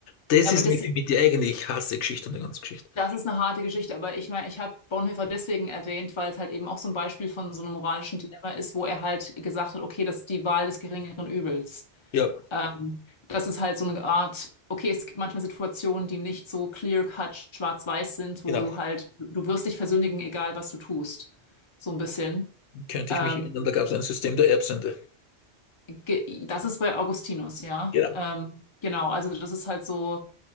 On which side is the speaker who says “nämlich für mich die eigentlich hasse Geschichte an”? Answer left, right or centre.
Left